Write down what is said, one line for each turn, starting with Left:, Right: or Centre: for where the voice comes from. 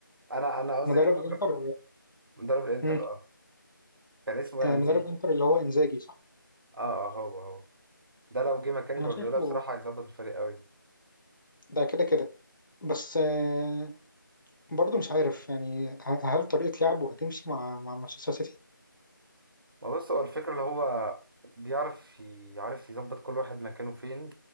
Right: انا انا قصدي
Left: مدرب
Right: اللي
Left: الانتر
Right: هو ك- مدرب الانتر
Left: مم.
Right: اه كان اسمه
Left: آه،
Right: إيه؟ انا نسيت
Left: مدرب الانتر اللي هو انزاجي صح
Right: اه اه هو هو ده لو جه مكان
Left: انا
Right: جوارديولا
Left: شايفه
Right: بصراحة هيظبط الفريق قوي
Left: ده كده كده بس آه، برضه مش عارف يعني ه- هل طريقة لعبه هتمشي مع مع مانشستر سيتي
Right: ما بص هو الفكرة اللي هو بيعرف يعرف يظبط كل واحد مكانه فين